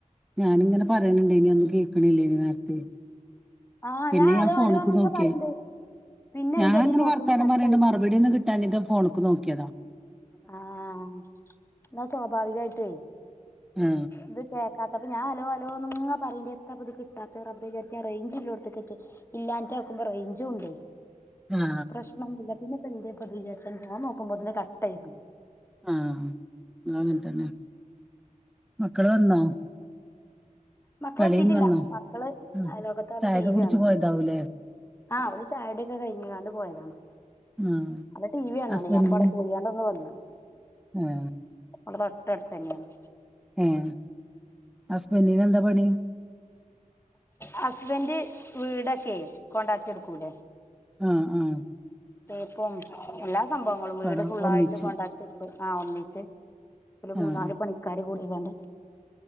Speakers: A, in the centre; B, on the left.
A: ഞാാനിങ്ങനെ പറയണണ്ട് ഇനി ഒന്നും കേൾക്കണില്ലേ ഇനി നേരത്തെ
B: ആഹ്
A: പിന്നെ ഞാൻ
B: ഹലോ
A: ഫോണ്ക്ക്
B: ഹലോന്നങ്ങ്
A: നോക്കിയ
B: പറയണ്ട് പിന്നെ
A: ഞാൻങ്ങനെ
B: അയിന്റെ എടീ നോക്കുമ്പോ
A: വർത്താനം
B: കട്ടായിട്ടോ
A: പറയണ്ട് മറുപടി ഒന്ന് കിട്ടാഞ്ഞിട്ട് ഫോണക്ക് നോക്കിയത
B: ആഹ എന്നാ സ്വാഭാവികയിട്ടേ
A: ആ
B: ഇത് അത്തപ്പ ഞാൻ അലോ അലോന്ന്ങ്ങ പറേണ്ട എത്താ ഇത് കിട്ടാത്ത റബ്ബെ വിചാരിച്ച റേഞ്ച് ഇല്ലോടുത്തക്ക് ഇല്ലാ നോക്കുമ്പോ റേഞ്ചും ഉണ്ട്
A: ആ
B: പ്രശ്നൊന്നുമില്ല പിന്നെ എന്ത ഇപ്പത് വിചാരിച്ച പോഞൻ നോക്കുമ്പോെ കക് ആായിരുന്നു
A: ആഹ് അങ്ങനെ തന്നെ മക്കള് വന്നോ
B: മക്കളെത്തിട്ടില്ല
A: കളി കഴിഞ്ഞ് വന്നോ
B: മക്കള്
A: ആ.
B: അയാളൊക്കാത്ത ലോകത്തോടെ
A: ചായയൊക്കെ
B: ടിീ
A: കുടിച്ച്
B: വി വണ
A: പോയതാവൂലേ
B: ആഹ അവള് ചായൊടൊക്കെ കഴിഞ്ഞകാണ്ട് പോയതാണ്
A: ആ
B: അല്ല ടി വി ആണാണ്
A: ഹസ്ബൻഡിന്
B: ഞാൻപ്പ അവി പോയാണ്ടൊന്ന് വന്നു
A: ആ
B: നമ്മള തൊട്ട അടുത്ത് തന്നെയാണ്
A: ഏഹ് ഹസ്ബൻഡന് എന്താ പണി
B: ഹസ്ബന്ഡ് വീടൊക്കെ കോണ്ടാക്ട് എടുക്കൂല
A: ആഹ് ആഹ്
B: തേപ്പം എല്ലാ സംഭവങ്ങളും വീട്
A: പടം
B: ഫുള്ളായിട്ട്
A: ഒന്നിച്ച്
B: കൊണ്ടാക്കി എടുത്ത് ആ ഒന്നിച്ച് ഒരു മൂന്നാല്
A: ആഹ്
B: പണിക്കാാര് കൂടിക്കാണ്ട്